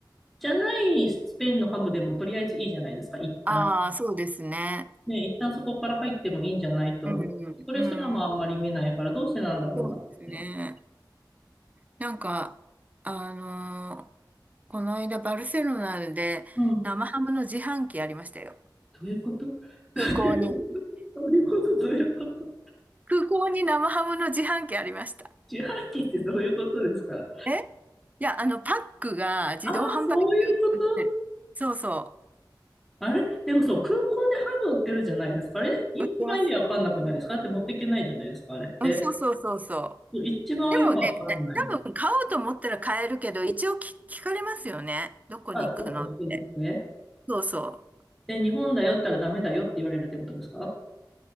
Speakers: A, in the centre; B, on the right (about 20°).
A: じゃないスペインのハムでもとりあえずいいじゃないですか、一旦。
B: ああ、そうですね。
A: ね、一旦そこから入ってもいいんじゃないと思うけど。
B: うん、
A: それすらもあんまり見ないから、
B: うん
A: どうしてなんだろうなって。
B: そうですね。なんか、あのーこの間バルセロナで生ハムの自販機ありましたよ。
A: うん。どういうこと <laughs>
B: 空港に。
A: どういうことどういうこと
B: 空港に生ハムの自販機ありました。
A: 自販機ってどういうことですか
B: えいや、あの、パックが自動販売機で売ってる。
A: ああ、そういうこと
B: そうそ
A: あれでもそう、空港でハム売ってるじゃないですか。あれ、一番意味わかんなくないですかだって持っていけないじゃないですか、
B: う。売ってます。
A: あれって。
B: うん、そうそうそうそう。
A: そう一番よくわかんない。
B: でもね、え多分買おうと思ったら買えるけど、一応き聞かれますよね。どこに行くのって。
A: あ、どこに行くのって
B: そうそう。
A: で、日本だよったらダメだよって言われるってことですか